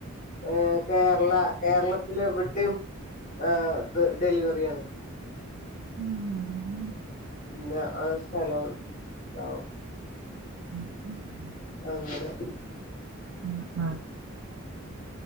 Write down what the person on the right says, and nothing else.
ഉം
ഉം ഉം ഉം
ഉം ആഹ്